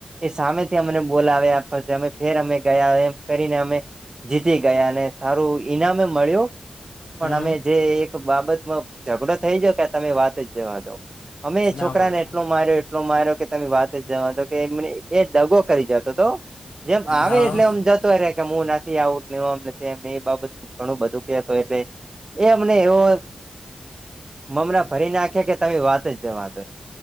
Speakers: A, on the right; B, on the left.
A: એ સામેથી અમને બોલાવ્યા કરતે, અમે ફેર અમે ગયા, એમ કરીને અમે જીતી ગયા અને સારું ઈનામે મળ્યું, પણ
B: હમ
A: અમે જે એક બાબતમાં ઝઘડો થઈ જાયો કે તમે વાત જ જવા દો, અમે એ છોકરાને
B: ના હોય
A: એટલો માર્યો, એટલો માર્યો કે તમે વાત જવા જ દો કેમ એ દગો કરી જતો હતો, જેમ આવે
B: હા
A: એટલે આમ જતો રેહ કે હું નાથી આઉટ આમ ને તેમ એ બાબત ઘણું બધું કેતો એટલે એ તમને એવો મમણા ભરી નાખે કે તમે વાત જ જવા દો.